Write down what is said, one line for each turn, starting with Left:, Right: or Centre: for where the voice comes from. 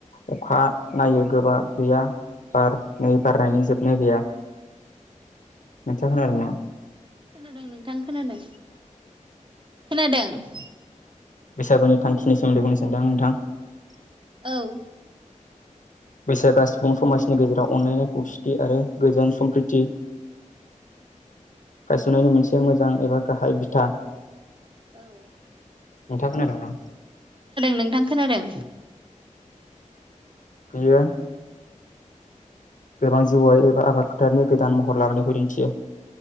Left: अखा नायो गोबा गैया । बार नै बारनायनि जोबनाय गैया नोंथाङा खोनादों ना?
Right: खोनादों नोंथां खोनादों खोनादों ।
Left: बैसागुनि थान्खिनि सोमोन्दै बुंनो सान्दों नोंथां ।
Right: औ ।
Left: बैसागा सुबुं समाजनि गेजेराव अनलायनाय खौसेथि आरो गोजोन सम्प्रिति । गायसननायनि मोनसे मोजां एबा गाहाय बिथा
Right: औ
Left: नोंथांङा खोनादोंना?
Right: नोंथां खोनादों
Left: बियो गोबां जिउआरारि एबा आबाद फोथारनि गोदान महर लाबोनायखौ दिन्थियो ।